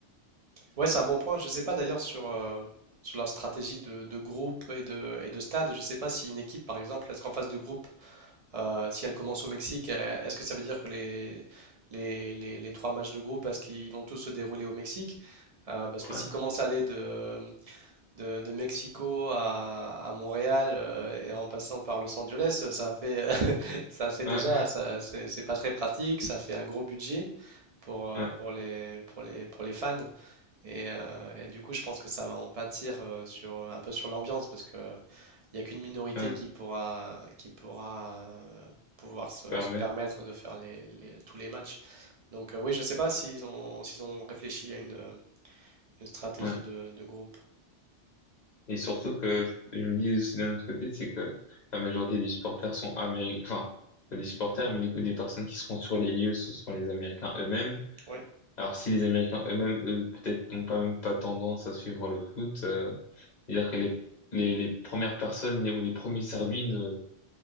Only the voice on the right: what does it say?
Ouais, c'est un bon point. Je ne sais pas d'ailleurs sur, euh, sur leur stratégie de, de groupe et de, et de stade. Je ne sais pas si une équipe, par exemple, est-ce qu'en phase de groupe, euh, si elle commence au Mexique, euh, est-ce que ça veut dire que les, les, les- les trois matchs de groupe, est-ce qu'ils vont tous se dérouler au Mexique? Euh, parce que
s'ils commencent à aller de, de, de Mexico à, à Montréal euh, et en passant par Los Angeles, euh, ça fait, <laughs> ça fait déjà,
ça, c'est c'est pas très pratique, ça fait un gros budget pour, euh,
pour les, pour les, pour les fans. Et, euh, et du coup, je pense que ça va en pâtir euh, sur, un peu sur l'ambiance parce que il n'y a qu'une minorité
qui pourra, qui pourra euh, pouvoir se,
se permettre de faire les, les- tous les matchs. Donc, euh, oui, je sais pas s'ils ont, s'ils ont réfléchi à une, euh, une stratégie
de, de groupe.
Oui.